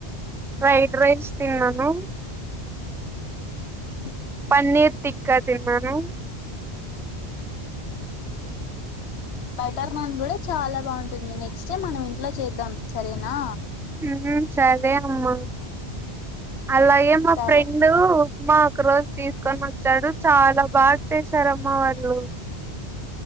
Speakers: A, in the centre; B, on the left (about 75°).
A: ఫ్రైడ్ రైస్ తిన్నాను
B: హ
A: పన్నీర్ తిక్కా తిన్నాను
B: బటర్ నాన్ కూడా చాలా బాగుంటుంది నెక్స్ట్ టైమ్ మనం ఇంట్లో చేద్దాం సరేనా
A: ఉమ్ సరే అమ్మ అలాగే మా
B: సరే
A: ఫ్రెండు ఉప్మా ఒక రోజు తీసుకొని వ చరు చాలా బా చేశారమ్మా వాళ్ళు